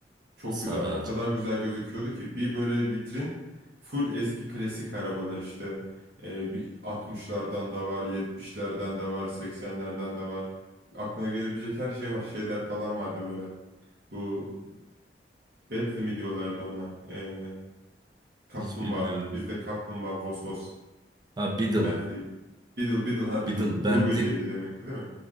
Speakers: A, on the right; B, on the right.
A: Çok
B: sarar.
A: güzel. O kadar güzel gözüküyordu ki bir böyle vitrin full eski klasik arabalar işte. Ee, bir 60'lardan da var, 70'lerden de var, 80'lerden de var. Aklına gelebilecek her şey var. Şeyler falan vardı böyle. Bu Bentley mi diyorlardı ona? Ee, kaplumbağa.
B: Hiç bilmiyorum.
A: Bizde kaplumbağa, Vosvos.
B: Ha Beetle.
A: Bentley. Beetle, Beetle ha
B: Beetle.
A: Beetle. Uğur
B: Bentley.
A: böceğiydi demekti değil mi?